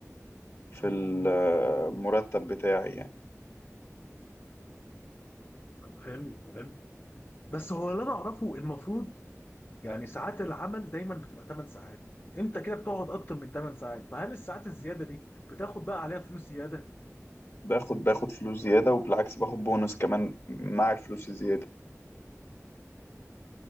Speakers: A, on the left; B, on the left.
A: في المرتب بتاعي يعني.
B: طب حلو حلو بس هو اللي انا اعرفه المفروض يعني ساعات العمل دايما بتبقى 8 ساعات انت كده بتقعد اكتر من 8 ساعات فهل الساعات الزياده دي بتاخد بقى عليها فلوس زياده
A: باخد باخد فلوس زيادة وبالعكس باخد بونص كمان مع الفلوس الزيادة